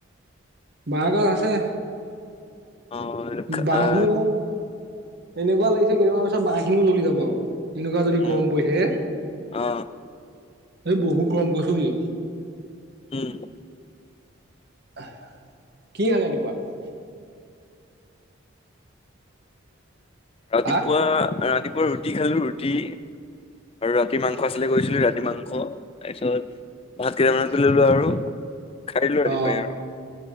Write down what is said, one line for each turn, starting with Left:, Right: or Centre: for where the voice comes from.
Right: বাঁহ গাজ আছে
Left: অ
Right: বাহো
Left: আহ
Right: এনেকুৱা লাগিছে কেইদিনমান পাছত বাহঁ খিনিও জ্বলি যাব আৰু। এনেকুৱা যদি
Left: উম
Right: গৰম পৰি থাকে
Left: অ
Right: এ বহুত গৰম কৈছোঁ কি?
Left: উম,
Right: আহ, কি গাল <unintelligible>
Left: ৰাতিপুৱা
Right: হা
Left: -ৰাতিপুৱা ৰুটি খালো ৰুটি আৰু ৰাতিৰ মাংস আছিলে গৈছিলো ৰাতি মাংস তাৰপিছত ভাত কেইটামানকে ললো আৰু খাই দিলো
Right: অ
Left: ৰাতিপুৱাই আৰু।